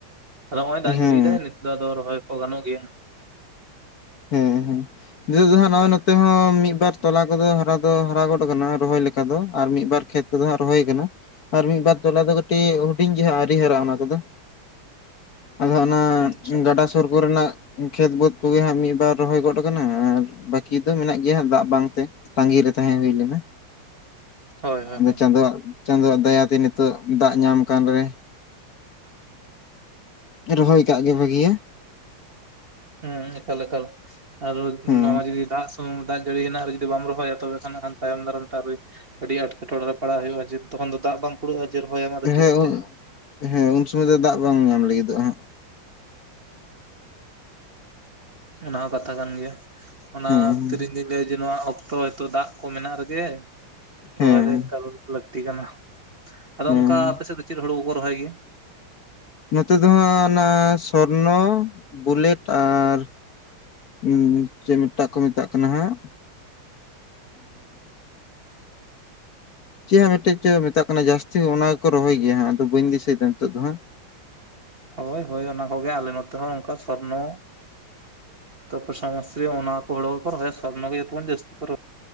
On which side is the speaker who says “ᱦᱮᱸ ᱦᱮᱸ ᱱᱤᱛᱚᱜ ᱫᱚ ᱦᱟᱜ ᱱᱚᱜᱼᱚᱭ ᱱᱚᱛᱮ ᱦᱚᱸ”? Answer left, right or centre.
Left